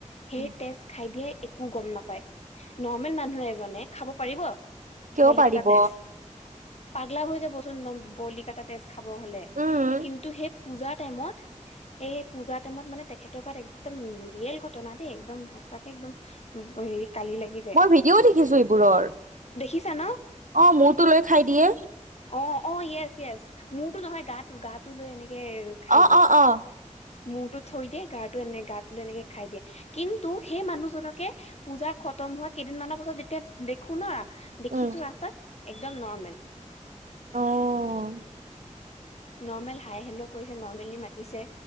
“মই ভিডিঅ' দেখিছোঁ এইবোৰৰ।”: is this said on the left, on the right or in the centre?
Right